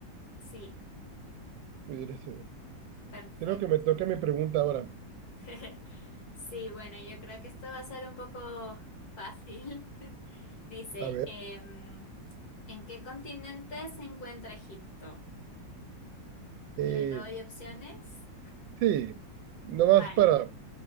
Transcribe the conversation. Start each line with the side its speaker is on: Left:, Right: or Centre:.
Left: Sí,
Right: Pudiera ser.
Left: perfecto.
Right: Creo que me toca mi pregunta ahora.
Left: <laughs> Sí, bueno, yo creo que esto va a ser un poco fácil. <laughs> Dice,
Right: A ver,
Left: em, ¿en qué continente se encuentra Egipto?
Right: eh,
Left: ¿Le doy opciones?
Right: sí, nomás
Left: Vale,
Right: para,